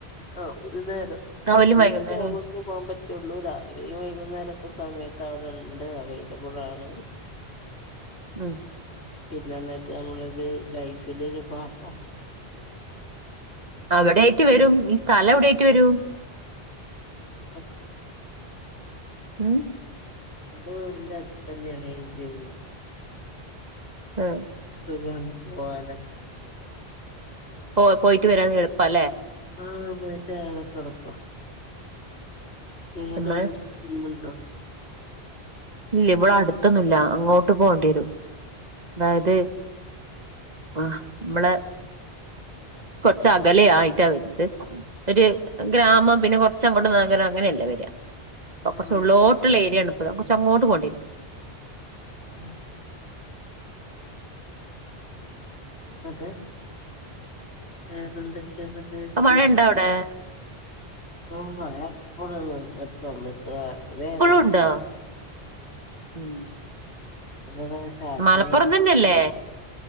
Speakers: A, on the left; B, on the right.
A: ആഹ് ഒരു നേരം
B: രാവിലെയും
A: ഒരു നേര
B: വൈകുന്നേരം
A: <unintelligible> ക്കു പോം പറ്റൊള്ളൂ. രാവിലെയും വൈകുന്നേരൊക്കെ സമയത്ത് അവിടെണ്ട് അവൈലബിൾ ആണ്.
B: ഉം
A: പിന്നെന്നെക്ക് നമ്മളത് ലൈഫിന്റെ ഒരു പാട്ടാ
B: അവിടെ ആയിട്ട് വരും ഈ സ്ഥലം എവിടെ ആയിട്ട് വരും
A: <unintelligible> <unintelligible>
B: ഉം
A: ഇന്റെ വീടിന്റെ അടുത്തന്നെയാണേ ഈ ജിമ്മ്
B: ആഹ്
A: സുഖാണ് പോവാനൊക്കെ
B: പോ പോയിട്ട് വരാന് എളുപ്പാല്ലേ
A: ആഹ് പോയിട്ട് വരാനൊക്കെ എളുപ്പ നിങ്ങക്ക്
B: നമ്മൾ
A: അവിടെ എട്ത്ത് ജിമ്മ്ണ്ടോ?
B: ഇല്ല ഇവിടെ അടുത്തൊന്നുംല്ല. അങ്ങോട്ട് പോണ്ടിയെരും. അതായത് ആഹ് ഇമ്മളെ കൊറച്ച് അകലെയായിട്ടാ <unintelligible> ഒര് ഗ്രാമം പിന്നെ കൊർച്ചങ്ങോട്ട് നഗരം അങ്ങനെയല്ലേ വര അത് കൊർച്ച്
A: ആഹ്
B: ഉള്ളോട്ട്ള്ള ഏരിയാണ്പ്പത്. <unintelligible> കൊർച്ചങ്ങോട്ട് പോണ്ടിയേരും.
A: ഉം ന്നിട്ട് വേറെന്തൊക്കെയാെന്ന്ട്ട്
B: അപ്പൊ
A: വിശേഷം?
B: മഴ ഉണ്ടോ അവിടെ
A: <unintelligible>
B: ഇപ്പളും ഉണ്ടോ ഉം
A: <unintelligible>
B: മലപ്പുറം തന്നെയല്ലേ